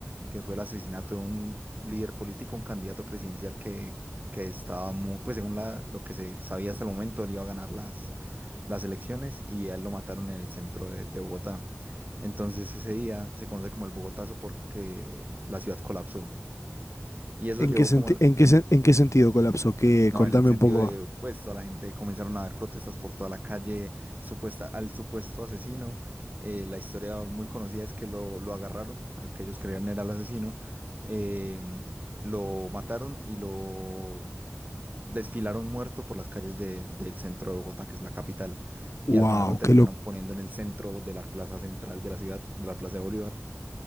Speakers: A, on the right; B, on the left.
A: que fue el asesinato de un líder político, un candidato presidencial que, que estaba muy, pues según la, lo que se sabía hasta el momento, él iba a ganar las, las elecciones y a él lo mataron en el centro de, de Bogotá. Entonces ese día se conoce como el Bogotazo porque la ciudad colapsó. Y eso
B: ¿En
A: llevó
B: qué senti-
A: como
B: en qué sen- en qué sentido colapsó? Que
A: no,
B: contame
A: en el sentido
B: un poco.
A: de, pues, toda la gente comenzaron a ver protestas por toda la calle supuesta, al supuesto asesino. Eh, la historia muy conocida es que lo, lo agarraron, al que ellos creían era el asesino. em, lo mataron y lo desfilaron muerto por las calles de- del centro de Bogotá, que es la capital. Y
B: Wow,
A: al final lo terminaron
B: qué lo-
A: poniendo en el centro de la plaza central de la ciudad, de la Plaza de Bolívar.